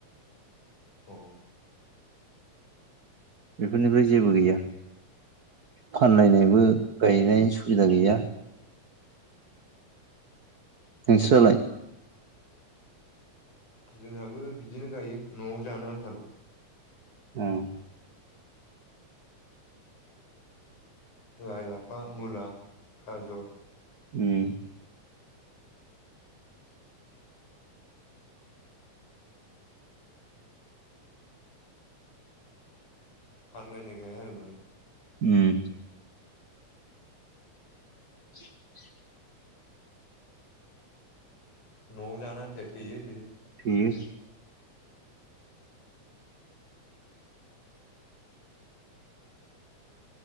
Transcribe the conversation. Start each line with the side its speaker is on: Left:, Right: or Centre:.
Left: <unintelligible>
Right: बेफोरनिफ्राय जेबो गैया फानलायनायबो गायनाय सुबिदा गैया। नोंस्रलाय?
Left: जोंहाबो बिदिनो गायो न'आव जानो आन्थाल'।
Right: <unintelligible>
Left: लाइ-लाफा, मुला, गाजर
Right: <inaudible>
Left: फानलायनाय गाया आरो माने।
Right: उम <unintelligible>
Left: न'आव जानो आन्थायाया थैयो बेनो।
Right: <unintelligible>